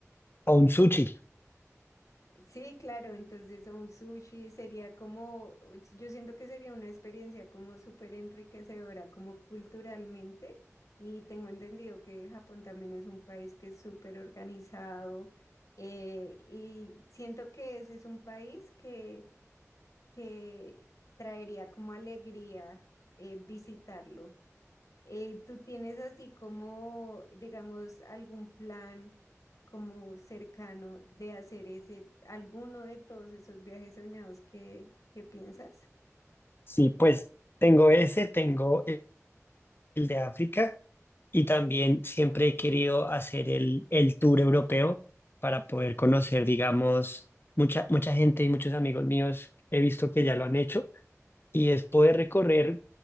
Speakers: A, on the left; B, on the left.
A: a un sushi.
B: Sí, claro, entonces un sushi sería como, yo siento que sería una experiencia como súper enriquecedora, como culturalmente, y tengo entendido que Japón también es un país que es súper organizado, eh, y siento que ese es un país que, que traería como alegría eh, visitarlo. Eh, ¿tú tienes así como, digamos, algún plan? como cercano de hacer ese, alguno de todos esos viajes soñados que, que piensas?
A: Sí, pues tengo ese, tengo el el de África y también siempre he querido hacer el, el tour europeo para poder conocer, digamos, mucha, mucha gente y muchos amigos míos he visto que ya lo han hecho y es poder recorrer.